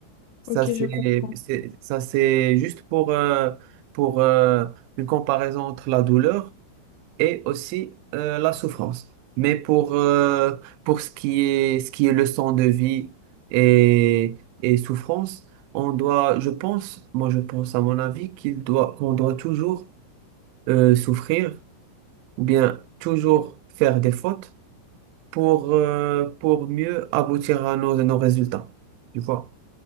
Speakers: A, on the right; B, on the left.
A: Ça,
B: ok,
A: c'est,
B: je comprends.
A: c'est- ça, c'est juste pour, euh, pour euh, une comparaison entre la douleur et aussi euh, la souffrance. Mais pour, euh, pour ce qui est, ce qui est leçon de vie et, et souffrance, on doit, je pense, moi je pense à mon avis, qu'il doit, qu'on doit toujours euh, souffrir ou bien toujours faire des fautes pour, euh, pour mieux aboutir à nos, nos résultats. Tu vois?